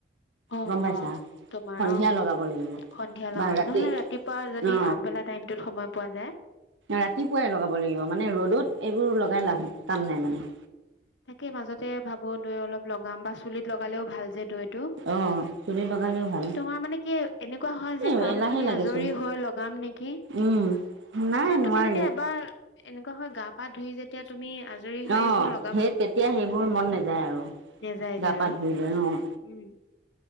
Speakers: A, on the left (about 75°); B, on the right (about 80°).
A: অ',
B: গম পাইছা
A: অ', তোমাৰ
B: সন্ধিয়া
A: অ',
B: লগাব লাগিব
A: সন্ধিয়া লগাব,
B: বা ৰাতি
A: নহ'লে ৰাতিপুৱা যদি
B: অ
A: আগবেলা টাইমটোত সময় পোৱা যায়।
B: ৰাতিপুৱাই লগাব লাগিব মানে ৰ'দত এইবোৰ লগাই লাভ কাম নাই মানে।
A: তাকে, মাজতে ভাবোঁ দৈ অলপ লগাম বা চুলিত লগালেও ভাল যে, দৈ তো,
B: অ চুলি লগালেও ভাল
A: তোমাৰ মানে কি এনেকুৱা হয়, যে,
B: এ
A: কামখিনি
B: এলাহে লাগেচোন
A: আজৰি হৈ লগ লগাম নেকি?
B: উম নাই
A: তাৰপিছত
B: নোৱাৰি
A: তুমি যতিয়া এবাৰ এনেকুৱা হয়, গা পা ধুই যেতিয়া তুমি আজৰি হৈ
B: অ
A: এইবোৰ লগ
B: সেই তেতিয়া সেইবোৰ মন নাযায় আৰু
A: নেযায়গে
B: গা
A: আৰু
B: পা ধুই লৈ অ'।
A: উম।